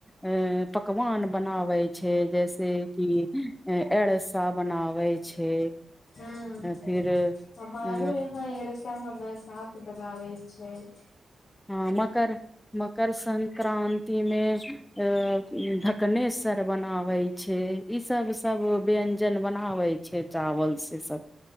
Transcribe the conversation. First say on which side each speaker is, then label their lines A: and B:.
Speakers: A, on the left; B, on the left.
A: ए पकवान बनाबै छै, जैसेक कि अनरसा बनाबै छै,
B: हूँ
A: फिर अ
B: हमारो यहाँ एरसा हमे साथ बनाबै छैय।
A: हँ मकर मकर संक्रान्तिमे अअ ढकनेस्वर बनाबै छैय ईसभ सभ व्यञ्जन बनाबै छै चावल से सभ